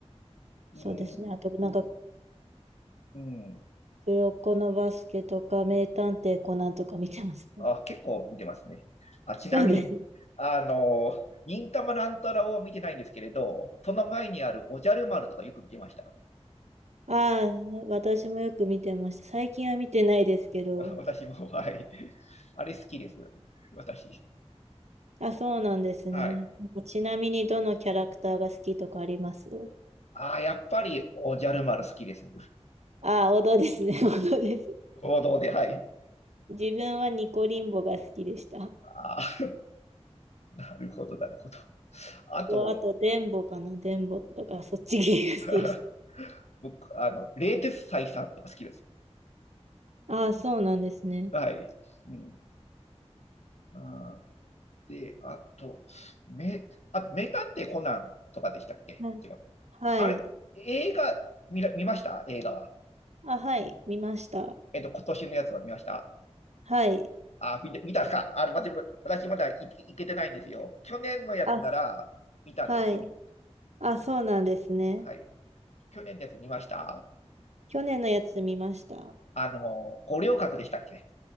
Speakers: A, on the left; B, on the right.
A: うん、
B: そうですね。あと、なんか、
A: うん。
B: 黒子のバスケとか、名探偵コナンとか見てますね
A: あ、結構見てますね。あ、ちなみに、
B: そうですね <laughs>
A: あの、忍たま乱太郎を見てないんですけれど、その前にあるおじゃる丸とかよく見てました。
B: ああ、私もよく見てました。最近は見てないですけど。
A: <laughs> 私も、はい。あれ好きです。私。
B: あ、そうなんですね。
A: はい。
B: ちなみにどのキャラクターが好きとかあります
A: ああ、やっぱりおじゃる丸好きです。
B: ああ、王道ですね。<laughs> 王道です。
A: 王道で、はい。
B: 自分はニコリンボが好きでした。
A: ああなるほど、なるほど。あと、
B: あと、デンボかな。デンボとか、そっち系が好きでし
A: <laughs> 僕、あの、冷徹斎さんとか好きです。
B: た。ああ、そうなんですね。
A: はい。うん。あで、あと、め、あ、名探偵コナンとかでしたっけってこと
B: はい。はい。
A: あれ、映画見ら、見ました映画は。
B: あ、はい。見ました。
A: えっと、今年のやつは見ました
B: はい。
A: あ、見て見たんですかあの、私私まだ行け行けてないんですよ。去年のやつなら見たんですよ。
B: あ、はい。あ、そうなんですね。
A: はい。去年のやつ見ました
B: 去年のやつ見ました。
A: あの、五稜郭でしたっけ